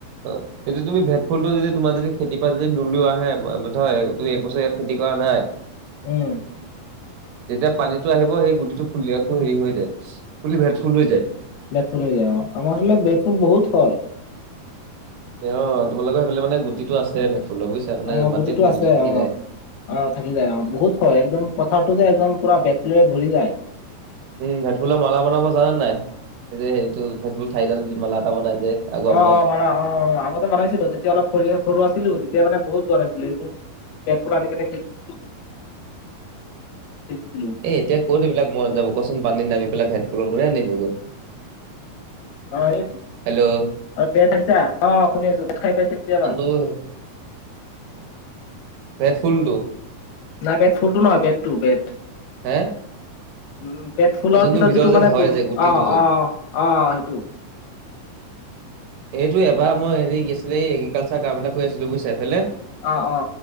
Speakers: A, on the right; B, on the left.
A: অ সেইটো তুমি ভেট ফুলটো যদি তোমাৰ যদি খেতিৰ পা যদি নোলোৱাহে হয় ধৰ তুমি এক বছৰ ইয়াত খেতি কৰা নাই
B: উম
A: যেতিয়া পানীটো আহিব সেই গুটিটো ফুলি আকৌ হেৰি হৈ যায়, ফুলি ভেদ ফুল হৈ যায়।
B: ভেটফুল হৈ যায় অ। আমাৰ ফালে ভেটফুল বহুত হয়।
A: এ অ তোমালোকৰ সেইফালে মানে গুটিটো আছে ভেটফুলৰ বুজিছা, মানে
B: অ
A: মাটিত গুটিটো
B: আছে
A: থাকি
B: অ।
A: যায়
B: অ থাকি যায় অ বহুত হয় একদম পথাৰতো যে একদম পুৰা ভেটফুলে ভৰি যায়।
A: উম ভেটফুলৰ মালা বনাব জানা নাই? এই যে সেইটো ভেটফুল ঠাইডাল মালা এটা বনাই যে, আগৰ
B: অ
A: দিনত
B: অ মালা অ অ বনাইছিলো তেতিয়া অলপ স সৰু আছিলো তেতিয়া মানে বহুত জৰ আছিল এইবোৰ ভেটফুল আনি কিনি খেলিছিলো <unintelligible> দেখিছিলো
A: এ এতিয়া ক'ত এইবিলাক মন যাব কোৱাচোন পানীত নামি পেলাই ভেট ফুল কোনে আনিবগৈ।
B: অ এই
A: হেল্ল'
B: আৰু পেট আহিছা অ শুনি আছো বেদ খাই পাইছে কেতিয়াবা
A: উম ভেটফুলটো
B: না ভেটফুলটো নহয় বেড টো বেড
A: হে?
B: উম পেটফুলৰ
A: এই যোনটো
B: পিছত
A: ভিতৰত
B: যিটো
A: যে
B: মানে
A: হয়
B: অ
A: যে গুটিটো
B: অ
A: যে
B: অ সেইটো
A: এইটো এবাৰ মই হেৰি কি আছিলে এই এগ্ৰিকালচাৰ কাৰণে কৈ আছিলো বুজিছা এফালে
B: অ অ